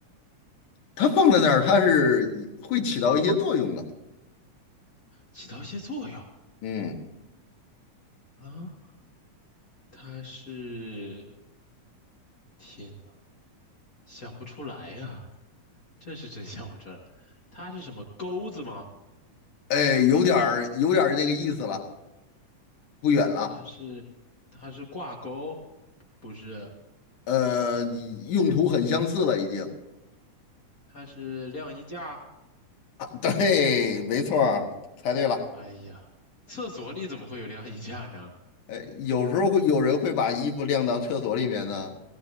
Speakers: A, on the left; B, on the left.
A: 它放在那儿，它是会起到一些作用的。
B: 起到一些作用
A: 嗯，
B: 啊。它是，天呐，想不出来呀、这是真想不出来。它是什么钩子吗？
A: 哎，有点儿有点儿那个意思了，不远了，
B: 它是，它是挂钩，不是，
A: 呃，用途很相似了已经。<laughs>
B: 它是晾衣架。
A: 啊对，没错儿，猜对了。
B: 哎呀，厕所里怎么会有晾衣架呢？
A: 哎，有时候会有人会把衣服晾到厕所里面呢。